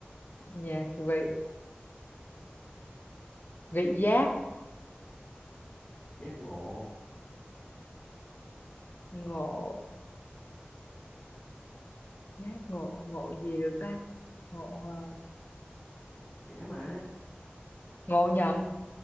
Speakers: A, on the left; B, on the left.
A: nhạc vị vị giác
B: giác ngộ
A: ngộ giác ngộ ngộ gì được ta ngộ ờ,
B: dễ mà
A: ngộ nhận